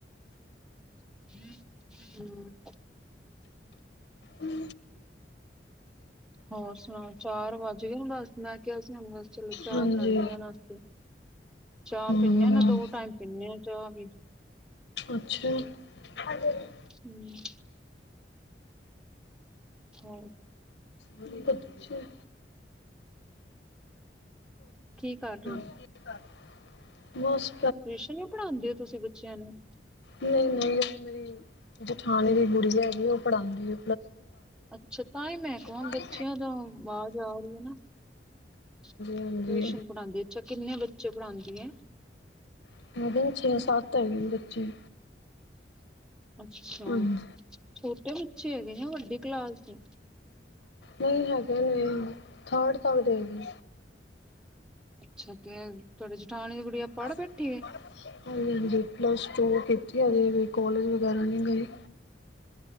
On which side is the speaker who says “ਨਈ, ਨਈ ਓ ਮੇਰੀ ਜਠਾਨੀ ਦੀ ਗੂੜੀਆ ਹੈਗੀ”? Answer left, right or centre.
Left